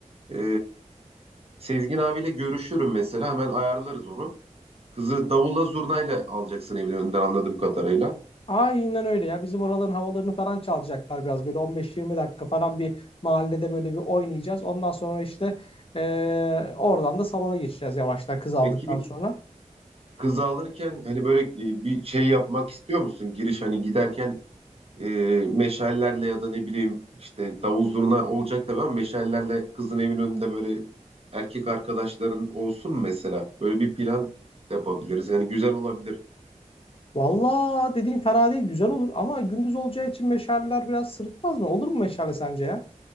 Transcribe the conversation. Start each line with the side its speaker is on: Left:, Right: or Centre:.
Right: E, Sezgin abiyle görüşürüm mesela hemen ayarlarız onu. Kızı davulla zurnayla alacaksın evin önünden anladığım kadarıyla.
Left: Aynen öyle ya bizim oraların havalarını falan çalacaklar biraz böyle 15-20 dakika falan bir mahallede böyle bir oynayacağız ondan sonra işte eee, oradan da salona geçeceğiz yavaştan kız aldıktan
Right: Peki
Left: sonra.
Right: kızı alırken hani böyle e, bir şey yapmak istiyor musun? Giriş hani giderken e, meşallerle ya da ne bileyim işte davul zurna olacak tabii ama meşallerle kızın evin önünde böyle erkek arkadaşların olsun mesela. Böyle bir plan yapabiliriz. Yani güzel olabilir.
Left: Valla dediğin fena değil güzel olur ama gündüz olacağı için meşaleler biraz sırıtmaz mı? Olur mu meşale sence ya?